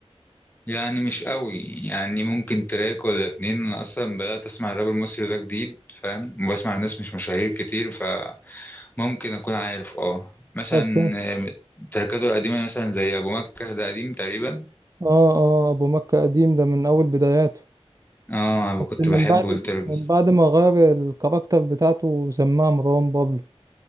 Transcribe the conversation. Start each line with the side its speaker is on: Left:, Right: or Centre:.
Left: يعني مش قوي يعني ممكن تراك ولا اتنين أنا أصلا بدأت أسمع الراب المصري ده جديد فاهم وبسمع ناس مش مشاهير كتير فممكن أكون عارف اه مثلا
Right: طب فين؟
Left: آه، تراكاته القديمة مثلا زي أبو مكة ده قديم تقريبا
Right: اه اه ابو مكة قديم ده من اول بداياته
Left: اه أنا
Right: بس
Left: كنت
Right: من
Left: بحبه
Right: بعد
Left: الترجي
Right: من بعد ما غير الكاركتر بتاعته وسماها مروان بابلو